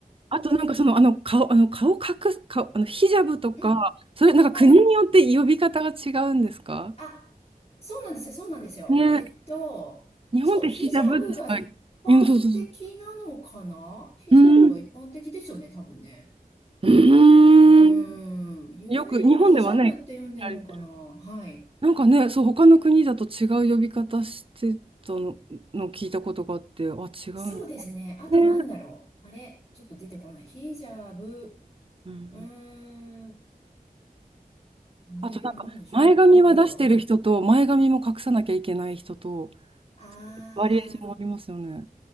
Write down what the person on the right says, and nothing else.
あとなんかその、
あの、顔、あの、顔隠す、顔、あの、ヒジャブとか、
それなんか国によって呼び方が違うんですか
ね。
日本ってヒジャブですか
うん、そうそうそう。うん。
うん。
よく、日本ではね、
聞かれてる。なんかね、そう、他の国だと違う呼び方してたの、の聞いたことがあって、あ、違うんだ
ね。
うん。
あとなんか、
前髪は出してる人と、
前髪も隠さなきゃいけない人と、
バリエーションありますよね。